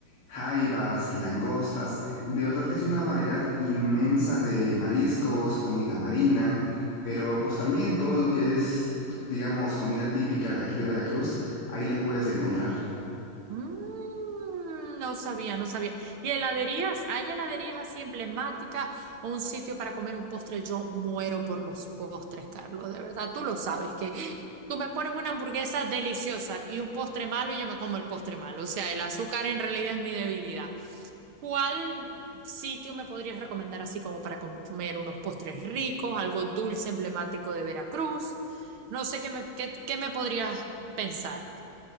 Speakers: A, on the left; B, on the right.
A: jaivas, langostas, de verdad que es una variedad inmensa de mariscos, comida marina, pero pues también todo lo que es, digamos, comida típica de aquí de Veracruz, ahí lo puedes encontrar.
B: Mm, no sabía, no sabía. ¿Y heladerías? ¿Hay heladerías así emblemáticas o un sitio para comer un postre? Yo muero por los postres, Carlos, de verdad. Tú lo sabes, que tú me pones una hamburguesa deliciosa y un postre malo y yo me como el postre malo. O sea, el azúcar en realidad es mi debilidad. ¿Cuál sitio me podrías recomendar así como para comer unos postres ricos, algo dulce emblemático de Veracruz? No sé qué me, qué, qué me podrías pensar.